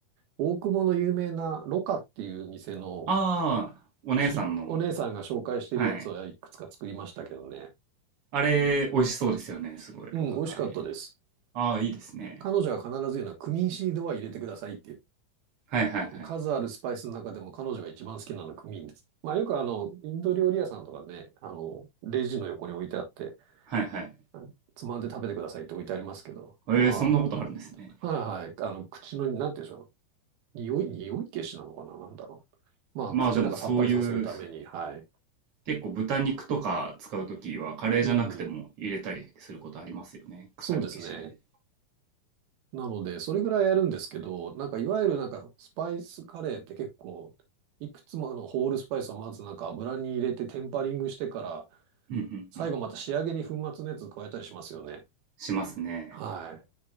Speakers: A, on the right (about 85°); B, on the right (about 40°).
A: 大久保の有名なロカっていう店の
B: ああ、お姉さんの。
A: しお姉さんが紹介してるやつはいくつか作りましたけどね。
B: はい。あれ、美味しそうですよね。すごい、
A: うん、
B: ろかカレー。
A: 美味しかったです。
B: ああ、いいですね。
A: 彼女は必ず言うのはクミンシードは入れてくださいって
B: はいはいはい。
A: 言う。数あるスパイスの中でも彼女が一番好きなのはクミンです。まあよくあの、インド料理屋さんとかね、あの、レジの横に置いてあって、
B: はいはい。
A: あつまんで食べてくださいって置いてありますけど、
B: えー、
A: まあ、
B: そんなことあるんですね。
A: はいはい、あの、口の、なんて言うんでしょう。匂い、匂い消しなのかな、なんだろう。まあ、
B: まあでもそういう、
A: 口の中さっぱりさせるために、はい。
B: 結構豚肉とか使うときは、カレーじゃなくても入れたりすることありますよね。
A: うん。
B: 臭み消しで。
A: そうですね。なので、それぐらいやるんですけど、なんかいわゆるなんかスパイスカレーって結構、いくつもあのホールスパイスをまずなんか油に入れてテンパリングしてから、
B: うんうんうん。
A: 最後また仕上げに粉末のやつ加えたりしますよね。
B: しますね。
A: はい。